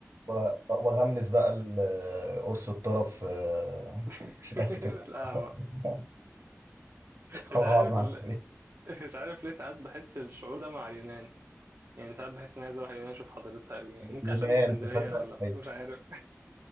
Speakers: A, on the right (about 80°); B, on the right (about 60°).
A: و- واغمس بقى ال- قرص الطرف في
B: <laughs>
A: في تفة الأرض
B: القهوة
A: <laughs>
B: مش
A: واقعد
B: عارف
A: مع
B: ال... مش عارف ليه ساعات بحس الشعور ده مع اليونان يعني ساعات بحس اني عايز اروح اليونان اشوف حضارتها أوي يعني ممكن
A: اليونان
B: عشان من اسكندرية
A: تصدق
B: ولا
A: ايوه
B: مش عارف